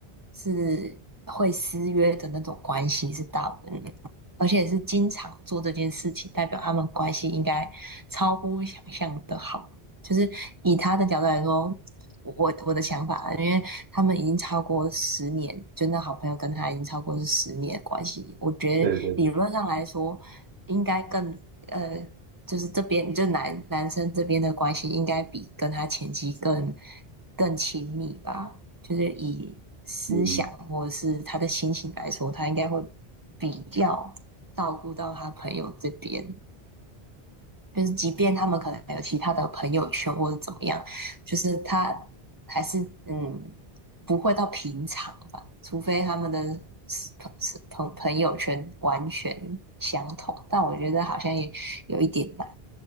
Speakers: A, on the right; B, on the right.
A: 是会私约的那种关系是大部分的，而且是经常做这件事情，代表他们关系应该超乎想象的好。就是以他的角度来说，我我我的想法啊因为他们已经超过十年，就那好朋友跟他已经超过是十年的关系，我觉得理论上来说，
B: 对对对。
A: 应该更。呃就是这边就男男生这边的关系应该比跟他前妻更更亲密吧？就是以思想或者是他的心情来说，
B: 嗯。
A: 他应该会比较照顾到他朋友这边。就是即便他们可能有其他的朋友圈或者怎么样，就是他还是嗯不会到平常吧，除非他们的朋朋朋友圈完全相同。但我觉得好像也有一点难。